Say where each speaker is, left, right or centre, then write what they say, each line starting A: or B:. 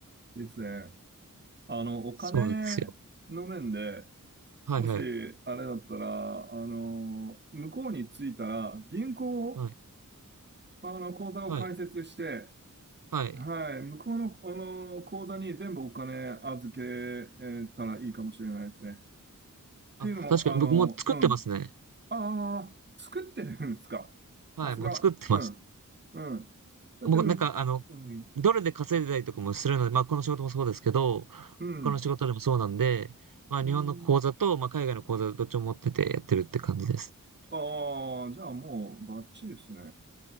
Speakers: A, on the right (about 35°); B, on the right (about 80°).
A: いいですね。あの、お金の面で、
B: そうなんですよ。はいはい。
A: もし、あれだったら、あの、向こうに着いたら、銀行を、
B: はい。
A: あの、口座を開設して、
B: はい。はい。
A: はい、向こうの、あの、口座に全部お金預けたらいいかもしれないですね。っ
B: あ、
A: ていうのも、
B: 確かに僕もう作ってますね。
A: あの、うん。ああ、作ってるんですか。
B: はい。
A: さすが。
B: もう作ってます。
A: うん。うん。だって、
B: もうなんか、
A: うん。
B: あの、
A: うん。
B: ドルで稼いでたりとかもするので、まあ、この仕事もそうですけど、
A: うん。
B: 他の仕事でもそうなんで、まあ、
A: うん
B: 日本の口座と、まあ、海外の口座どっちも持っててやってるって感じです。
A: ああ、じゃあもうバッチリですね。